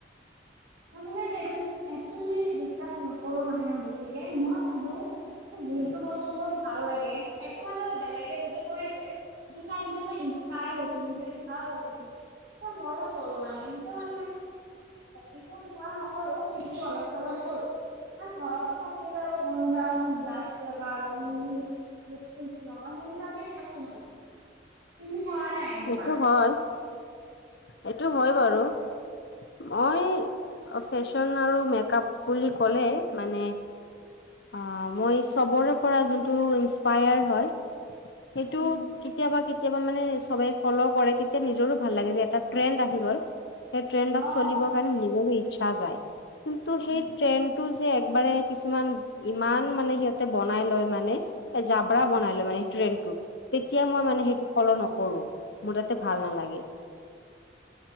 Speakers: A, on the right; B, on the left.
A: তাৰমানে সেইটো একো বুলি বিশ্বাস নকৰো মানে বেছিকে মই ভাৱোঁ। যোনটো বস্তু মোৰ ভাল লাগে সেইটো মানে বেলেগে যদি কৰিছে। সেইটো চাই কেনে মই ইন্সপায়াৰ হৈছো মই ভাল হৈছোঁ এ ময়ো কৰো মানে সেইটো মানে। সেইটো পোৱা নকৰো কিন্তু অলপ চলপ কৰো। চৰো ঘৰতো থাকেই যাব যাস কালন। দে অব স যে থাকো তুমি কৰা নাই। এনেকুৱা
B: সেইটো হয় এইটো হয় বাৰু। মই ফেশ্বন আৰু মেক আপ বুলি ক'লে মানে। অ মই চবৰে পৰা যোনটো ইনস্পায়াৰ হয়। সেইটো
A: উম
B: কেতিয়াবা কেতিয়াবা মানে চবে। ফলও কৰে তেতিয়া নিজৰো ভাল লাগে যে এটা ট্ৰেণ্ড আহি গল। সেই ট্ৰেণ্ডত
A: অ
B: চলিব। নিব ইচ্ছা যায় কিন্তু সেইচলিব
A: উম
B: ট্ৰেণ্ড। টো একবাৰে কিছুমান ইমান মানে সিহঁতে বনাই লয় মানে। এই জাবৰা বনাই লয় মানে এই ট্ৰেণ্ডটো। তেতিয়া মই মানে সেইটো ফল' নকৰো মোৰ তাতে ভাল নালাগে।